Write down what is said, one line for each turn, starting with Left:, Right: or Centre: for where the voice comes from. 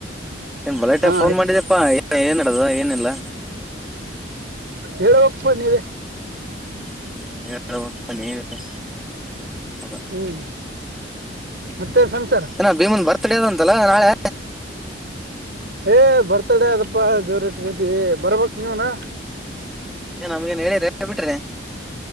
Centre: ಬಲಟ
Right: ಹಾ
Centre: ಫೋನ್ ಮಾಡಿದಪ್ಪಾ ಏನ್ ಏನ್ ನಡ್ದ ಏನಿಲ್ಲ.
Right: ಹೇಳಬೇಕ್ಪ ನೀವೆ.
Centre: ಹ್ಮ್ ಹೇಳಬೇಕು ನೀವೇ ಹೌದ
Right: ಹ್ಮ್ ಮತ್ತೇನ್ ಸಂಸಾರ
Centre: ಏನೋ ಭೀಮನ್ ಬರ್ತ್ಡೇ ಅದ ಅಂತಲ್ಲೋ ನಾಳೆ.
Right: ಏ ಬರ್ತಾಡೆ ಅದಪ್ಪಾ ಜೋರ್ ಇಟ್ ಬುದ್ದಿ ಬರ್ಬೇಕ್ ನೀವುನು
Centre: ಏನ್ ನಮ್ಗೇನ್ ಹೇಳಿರಿ ಎ ಬಿಟ್ರಿ.